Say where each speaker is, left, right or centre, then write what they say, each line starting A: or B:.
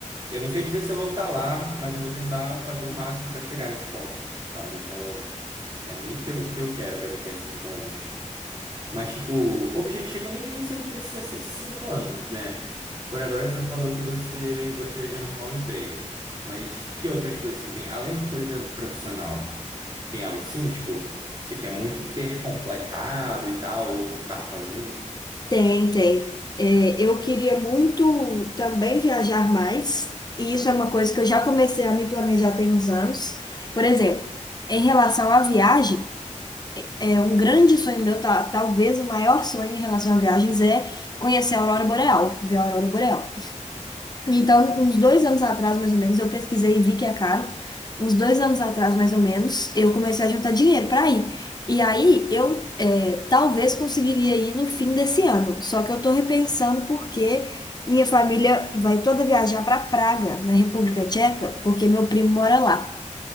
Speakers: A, on the right (about 35°); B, on the left (about 30°).
A: eu não sei dizer se eu vou estar lá, mas eu vou tentar fazer o máximo para chegar nesse ponto, sabe? Então, é muito que eu, que eu quero para daqui a cinco anos. Mas, tipo, objetivo nem, nem sempre precisa ser cinco anos, né? Por agora, você falou que você gostaria de arrumar um emprego. Mas que outras coisas você tem? Além de coisa profissional, tem algo assim, tipo, você quer muito ter completado e tal, ou tá fazendo?
B: Tem, tem. É, eu queria muito também viajar mais, e isso é uma coisa que eu já comecei a me planejar tem uns anos. Por exemplo, em relação à viagem, é um grande sonho meu, ta- talvez o maior sonho em relação a viagens é conhecer a Aurora Boreal, ver a Aurora Boreal. Então, uns dois anos atrás, mais ou menos, eu pesquisei e vi que é caro. Uns dois anos atrás, mais ou menos, eu comecei a juntar dinheiro para ir. E aí, eu é, talvez conseguiria ir no fim desse ano. Só que eu estou repensando porque minha família vai toda viajar para Praga, na República Tcheca, porque meu primo mora lá.